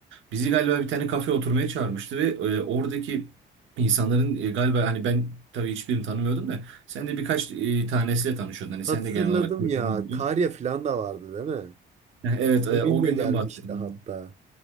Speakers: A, on the right; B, on the right.
A: Bizi galiba bir tane kafeye oturmaya çağırmıştı ve e, oradaki insanların e, galiba hani ben tabii hiçbirini tanımıyordum da sen de birkaç e, tanesiyle tanışıyordun. Hani
B: Hatırladım
A: sen de genel olarak
B: ya.
A: tanımıyordun.
B: Karya falan da vardı değil mi?
A: <laughs> Evet e,
B: Emin
A: o günden
B: de gelmişti
A: bahsediyorum.
B: hatta.